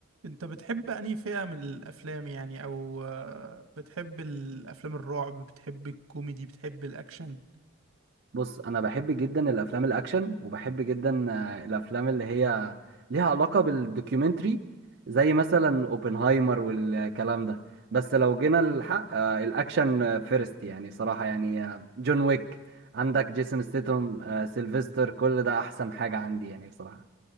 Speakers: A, on the right; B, on the right.
A: انت بتحب انهي فئة من الافلام يعني او آه، بتحب الافلام الرعب بتحب الكوميدي بتحب الاكشن
B: بص انا بحب جدا الافلام الاكشن وبحب جدا آه، الافلام اللي هي ليها علاقه بالدوكيومنتري زي مثلا اوبنهايمر والكلام ده بس لو جينا للحق آه، الاكشن آه، فيرست يعني صراحه يعني آه، جون ويك عندك جيسون ستيتهم آه، سيلفستر كل ده احسن حاجه عندي يعني بصراحه